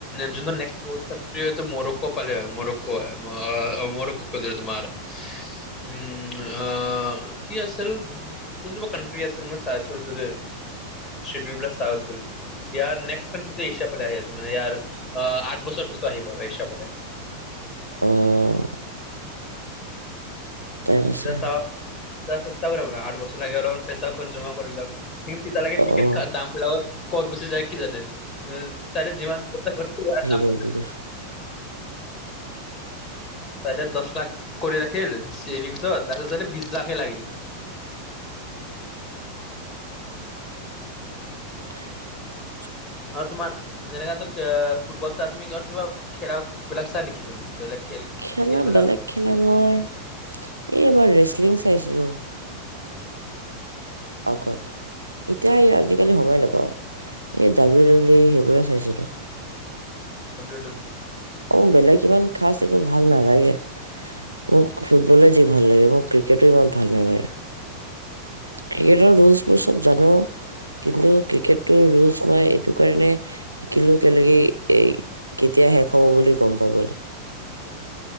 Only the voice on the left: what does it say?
যোনটো নেক্সট ক'ৰচ কামপ্লিত হৈছে মোৰো কঁপালে হয়, মৰক্কো হয়। মৰক্কো তোমাৰ উম' আহ কি আছিল? কোন কেইটা বা কাউন্ট্ৰী আছিল মই চাইছিলোঁ যে ডউল বিলাক চাই আছিল ইয়াৰ নেক্সট এছিয়াৰ ফালে আহি আছে মানে ইয়াৰ আহ আঠ বছৰৰ পিছত আহিব আৰু এছিয়াৰ ফালে।
এতিয়া চা এতিয়া চেষ্টা মানে আঠ বছৰ লাগে অলপমান পইচাখন জমা কৰি ল'ম। কিন্তু তেতিয়া লাগে
টিকেট
ক'ত দাম হয় যাব ক'ত গুচি যায় কি জানে। অ' ছাৰে যিমান <unintelligible>
তাই দহ লাখ কৰি ৰাখিল ছেভিংছত, তাৰপিছত চাই বিশ লাখ হে লাগিল।
আৰু তোমাৰ যেনেকটো ফুটবল চ তুমি কিবা খেলা বিলাক চাই নেকি তুমি বেলেগ খেল
খেলবিলাক
W W.